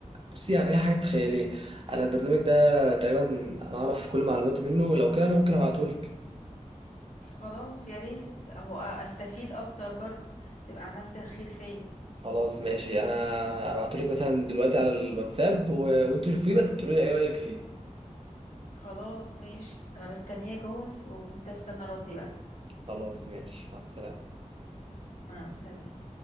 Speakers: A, on the right (about 45°); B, on the left (about 75°).
A: بصي عن اي حاجه تخيليها انا البرنامج ده تقريبا انا اعرف كل معلوماتي منه لو كده انا ممكن ابعته لك
B: خلاص يا ريت أهو أستفيد أكتر برضو تبقى عملت خير فيا
A: خلاص ماشي انا ابعته لك مثلا دلوقتي على الواتساب و... وانتوا شوفيه بس تقولي لي ايه رايك فيه
B: خلاص ماشي أنا مستنياك أهو وأنت استنى ردي بقى
A: خلاص ماشي مع السلامه
B: مع السلامة